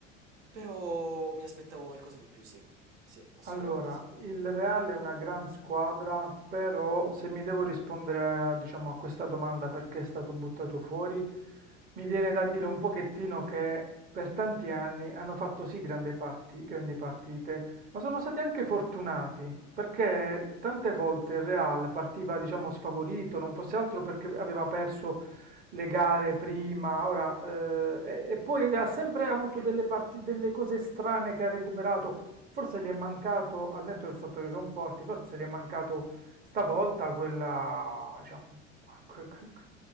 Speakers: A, on the right (about 60°); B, on the right (about 20°).
A: però mi aspettavo qualcosa di più, sì, sì, assolutamente
B: Allora,
A: sì.
B: il Real è una gran squadra, però se mi devo rispondere a, diciamo, a questa domanda perché è stato buttato fuori, mi viene da dire un pochettino che per tanti anni hanno fatto sì grandi parti- grandi partite, ma sono stati anche fortunati, perché tante volte il Real partiva, diciamo, sfavorito, non fosse altro perché aveva perso le gare prima, ora, eh, e, e poi ha sempre avuto delle parti- delle cose strane che ha recuperato. Forse gli è mancato, al netto del fatto che sono forti, forse gli è mancato stavolta quella, diciamo, que- que- que-